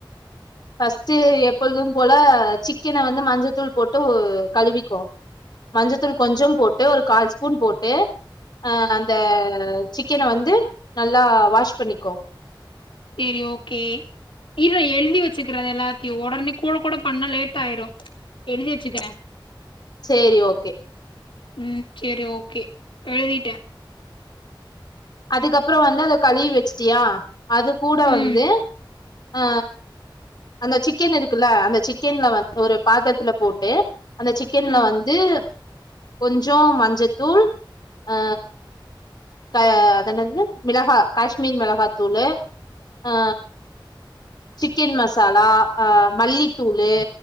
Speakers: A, on the left (about 55°); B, on the left (about 80°).
A: ஃபர்ஸ்ட்டு எப்பொழுதும் போல சிக்கன வந்து மஞ்சத்தூள் போட்டு கழுவிக்கோ மஞ்சத்தூள் கொஞ்சோம் போட்டு ஒரு கால் ஸ்பூன் போட்டு ஆ அந்த சிக்கன வந்து நல்லா வாஷ் பண்ணிக்கோ
B: செரி ஓகே இல்ல எழுதி வெச்சுக்கறது எல்லாத்தையு ஒடனே கூட கூட பண்ணா லேட்டாயிடோ எழுதி வெச்சுக்கிற
A: செரி ஓகே
B: ம் செரி ஓகே எழுதிட்ட
A: அதுக்கப்புறோ வந்து அத கழுவி வெச்சுட்டியா அது கூட வந்து
B: ம்
A: அ அந்த சிக்கன் இருக்குல்ல அந்த சிக்கன்ல வ ஒரு பாத்தரத்துல போட்டு அந்த சிக்கன்ல
B: ஆ
A: வந்து கொஞ்சோ மஞ்சத்தூள் அ க அத என்னது மிளகா காஷ்மீர் மிளகாத்தூளு ஆ சிக்கன் மசாலா அ மல்லித்தூளு